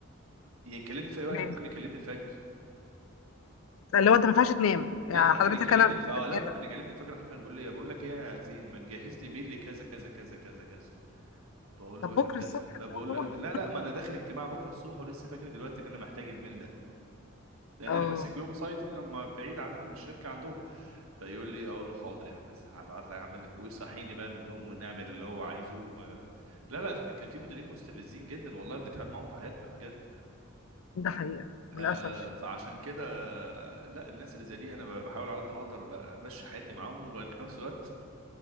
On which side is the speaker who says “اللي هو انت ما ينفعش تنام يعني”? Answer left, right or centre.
Left